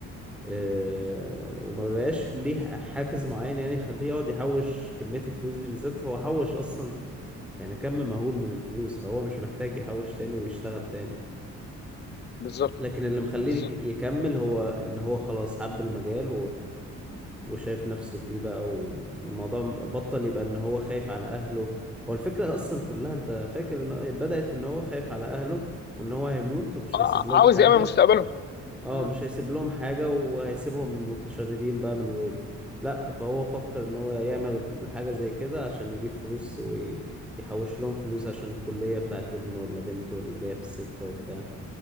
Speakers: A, in the centre; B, on the left.
A: اه وما بقاش ليه حافز معين يعني يخليه يقعد يحوش كمية الفلوس دي بالذات هو حوش اصلا يعني كم مهول من الفلوس فهو مش محتاج يحوش تاني ويشتغل تاني
B: بالظبط
A: لكن اللي مخليه
B: بالظبط
A: يك- يكمل هو ان هو خلاص حب المجال وشايف نفسه فيه بقى و- والموضوع بطل يبقى ان هو خايف على اهله هو الفكرة اصلا كلها انت فاكر ان هو- بدأت ان هو خايف على اهله وان هو هيموت ومش
B: آه،
A: هيسيب لهم
B: عاوز
A: حاجة
B: يامن مستقبله
A: اه
B: مم.
A: مش هيسيب لهم حاجة وهيسيبهم متشردين بقى من غيره لا فهو فكر ان هو يعمل حاجة زي كده عشان يجيب فلوس ويحوش لهم فلوس عشان الكلية بتاعت ابنه ولا بنته اللي جاية في السكة وبتاع